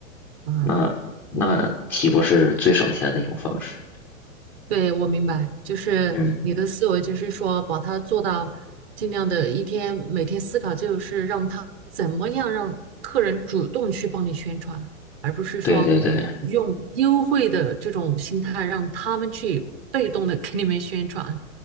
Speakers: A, on the right; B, in the centre.
A: 啊。
B: 那那岂不是最省钱的一种方式？
A: 对，我明白，就是你的思维，
B: 嗯，
A: 就是说把它做到尽量的一天，每天思考，就是让他怎么样让客人主动去帮你宣传，而不是说用优惠的这种心态让他们去被动的给你们宣传。
B: 对对对。